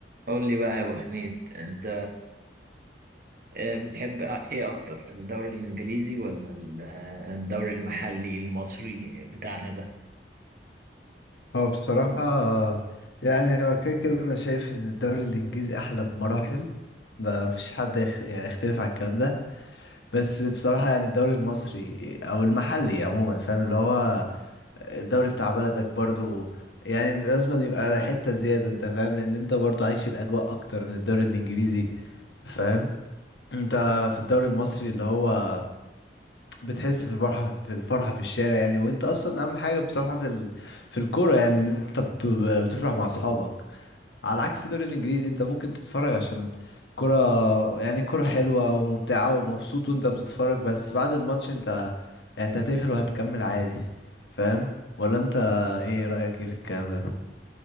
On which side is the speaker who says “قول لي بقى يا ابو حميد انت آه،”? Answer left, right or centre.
Right